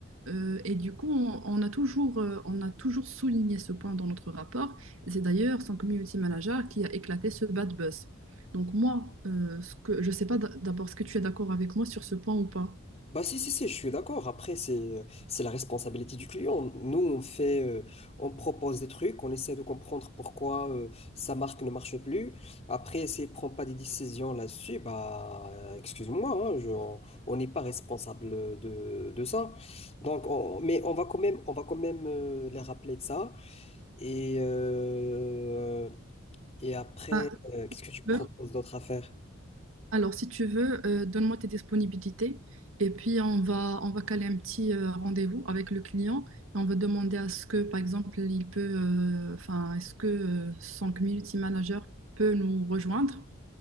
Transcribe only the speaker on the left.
Bah si, si, si, je suis d'accord. Après, c'est, c'est la responsabilité du client. Nous, on fait, euh, on propose des trucs, on essaie de comprendre pourquoi euh, sa marque ne marche plus. Après, s'il ne prend pas des décisions là-dessus, bah euh, excuse-moi, hein, je- on on n'est pas responsable de, de ça. Donc, on- mais on va quand même, on va quand même euh, les rappeler de ça. Et, euh, et après,
euh, qu'est-ce que tu proposes
d'autre à faire?